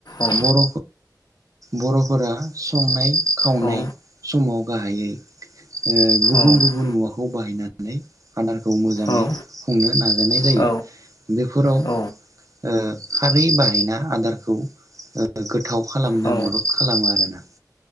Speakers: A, on the left; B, on the right.
A: औ
B: बर' बर'फोरा संनाय खावनाय
A: औ
B: समाव गाहायै ओ गुबुन
A: औ
B: गुबुन मुवाखौ खौ बाहायनानै आदारखौ मोजाङै
A: औ
B: खुंनो नाजानाय जायो
A: औ
B: बेफोराव ओ
A: औ
B: खारै बाहायना आदारखौ ओ गोथाव खालामनो
A: औ
B: मदद खालामो आरो ना